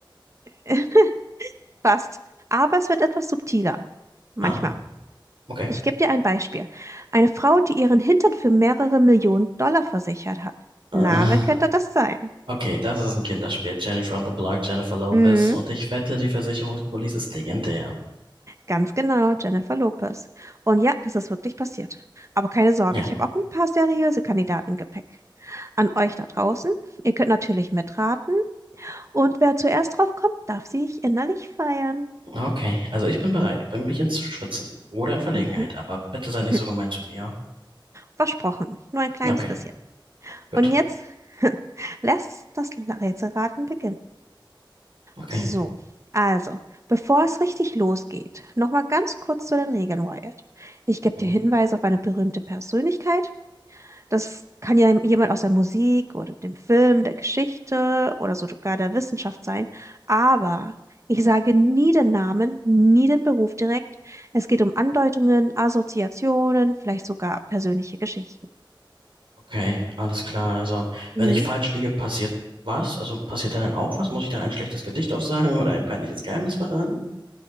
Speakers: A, on the right; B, on the right.
A: <laughs> Fast. Aber es wird etwas subtiler. Manchmal.
B: Ah, okay.
A: Ich gebe dir ein Beispiel. Eine Frau, die ihren Hintern für mehrere Millionen Dollar versichert hat.
B: Äh,
A: Na, wer könnte das sein?
B: Okay, das ist ein Kinderspiel. Jennifer on the Block, Jennifer Lopez.
A: Hm?
B: Und ich wette, die Versicherungspolice ist legendär.
A: Ganz genau, Jennifer Lopez. Und ja, das ist wirklich passiert. Aber keine Sorge,
B: Ja,
A: ich habe auch ein paar seriöse Kandidaten im Gepäck. An euch da draußen, ihr könnt natürlich mitraten und wer zuerst drauf kommt, darf sich innerlich feiern.
B: Okay, also ich bin bereit. Bring mich ins Schwitzen oder in Verlegenheit,
A: Mhm.
B: aber bitte sei
A: <laughs>
B: nicht so gemein zu mir. Ja?
A: Versprochen, nur ein kleines
B: Okay,
A: bisschen.
B: gut.
A: Und jetzt <laughs> lässt das Rätselraten beginnen.
B: Okay.
A: So, also, bevor es richtig losgeht, nochmal ganz kurz zu den Regeln, Wyatt. Ich gebe dir
B: Mhm.
A: Hinweise auf eine berühmte Persönlichkeit Das kann ja jemand aus der Musik oder dem Film, der Geschichte oder sogar der Wissenschaft sein. Aber ich sage nie den Namen, nie den Beruf direkt. Es geht um Andeutungen, Assoziationen, vielleicht sogar persönliche Geschichten.
B: Okay, alles klar. Also,
A: Mhm.
B: wenn ich falsch liege, passiert was? Also, passiert da dann auch was? Muss ich dann ein schlechtes Gedicht aufsagen oder ein peinliches Geheimnis verraten?